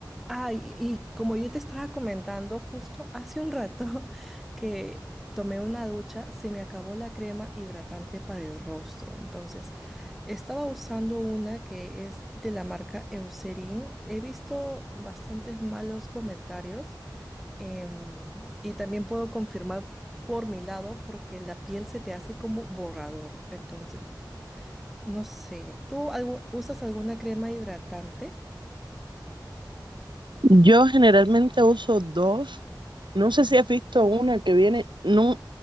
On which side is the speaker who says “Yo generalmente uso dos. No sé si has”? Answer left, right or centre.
Right